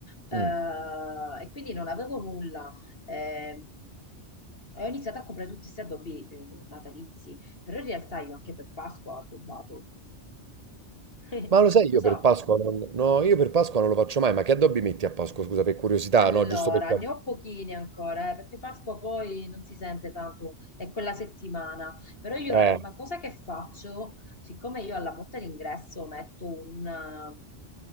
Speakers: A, on the left (about 55°); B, on the right (about 35°).
A: Eh,
B: eh? mm.
A: e quindi non avevo nulla. Ehm, e ho iniziato a comprare tutti questi addobbi eh, natalizi però in realtà io anche per Pasqua ho addobbato. <laughs>
B: Ma lo sai, io
A: Lo so.
B: per Pasqua non... No, io per Pasqua non lo faccio mai, ma che addobbi metti a Pasqua? Scusa, per curiosità,
A: Allora,
B: no? Giusto per... cap-
A: ne ho pochine ancora, eh, perché Pasqua poi non si sente tanto, è quella settimana. Però io
B: Eh,
A: la prima cosa che faccio, siccome io alla porta d'ingresso metto un, eh,